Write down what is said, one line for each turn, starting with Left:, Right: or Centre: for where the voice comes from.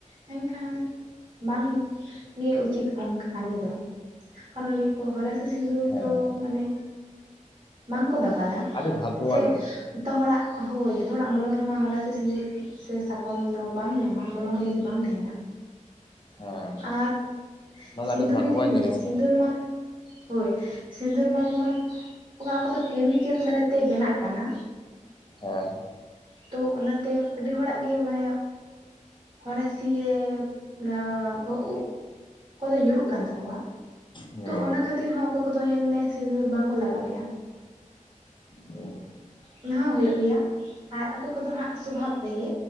Right: ᱢᱮᱱᱠᱷᱟᱱ ᱵᱟᱝ ᱜᱮ ᱩᱪᱤᱛ ᱚᱱᱠᱟ ᱠᱟᱹᱢᱤ ᱫᱚ <inaudible> ᱦᱚᱨᱟᱥᱤ ᱥᱤᱸᱫᱩᱨ
Left: ᱦᱮᱸ
Right: ᱫᱚ ᱢᱟᱱᱮ ᱵᱟᱝᱠᱚ ᱫᱟ ᱯᱟᱞᱟ
Left: ᱟᱹᱰᱤ ᱵᱷᱟᱜᱽᱜᱚᱣᱟᱱ
Right: ᱥᱮ ᱡᱷᱚᱛᱚ ᱦᱚᱲᱟᱜ ᱦᱳᱭ᱾ ᱛᱚ ᱦᱚᱲᱟᱜ ᱢᱚᱞᱚᱝ ᱨᱮᱢᱟ ᱦᱚᱨᱟᱥᱤ ᱥᱤᱸᱫᱤᱨ ᱥᱮ ᱥᱟᱠᱚᱢ ᱫᱚ ᱵᱟᱢ ᱧᱟᱢᱟ ᱢᱚᱞᱚᱝ ᱨᱮ ᱡᱩᱫᱤ ᱵᱟᱢ ᱛᱟᱦᱮᱱᱟ᱾
Left: ᱦᱮᱸ
Right: ᱟᱨ
Left: ᱱᱚᱣᱟ
Right: ᱥᱤᱸᱫᱩᱨ
Left: ᱫᱚ ᱟᱹᱰᱤ ᱵᱷᱟᱜᱽᱜᱚᱣᱟᱱ
Right: ᱡᱩᱫᱤᱢ ᱞᱟᱹᱭᱟ
Left: ᱡᱤᱱᱤᱥ
Right: ᱥᱤᱸᱫᱩᱨ
Left: ᱠᱟᱱᱟ
Right: ᱢᱟ ᱦᱳᱭ ᱥᱤᱸᱫᱩᱨ ᱢᱟ ᱡᱮᱢᱚᱱ ᱚᱠᱟ ᱚᱠᱟ ᱫᱚ ᱠᱮᱢᱤᱠᱮᱞ ᱫᱟᱨᱟᱭᱛᱮ ᱵᱮᱱᱟᱜ ᱠᱟᱱᱟ,
Left: ᱦᱮᱸ᱾
Right: ᱛᱚ ᱚᱱᱟᱛᱮ ᱟᱹᱰᱤ ᱦᱚᱲᱟᱜ ᱜᱮ ᱢᱟᱱᱮ ᱦᱚᱨᱟᱥᱤ ᱨᱮ ᱢᱟᱱᱮ ᱵᱚᱦᱚᱜ ᱩᱵ ᱚᱠᱚᱭ ᱫᱚ ᱧᱩᱨᱩᱜ ᱠᱟᱱ ᱛᱟᱠᱚᱣᱟ᱾
Left: ᱦᱩᱸ
Right: ᱛᱚ ᱚᱱᱟ ᱠᱷᱟᱹᱛᱤᱨ ᱦᱚᱸ ᱚᱠᱚᱭ ᱠᱚᱫᱚ ᱧᱮᱞ ᱢᱮ ᱥᱤᱸᱫᱩᱨ ᱵᱟᱝᱠᱚ ᱞᱟᱜᱟᱣᱮᱜᱼᱟ᱾
Left: ᱦᱩᱸ
Right: ᱚᱱᱟ ᱦᱩᱭᱩᱜ ᱜᱮᱭᱟ ᱟᱨ ᱚᱠᱚᱭ ᱠᱚᱫᱚ ᱦᱟᱸᱜ ᱥᱚᱵᱷᱟᱵ ᱛᱮᱜᱮ᱾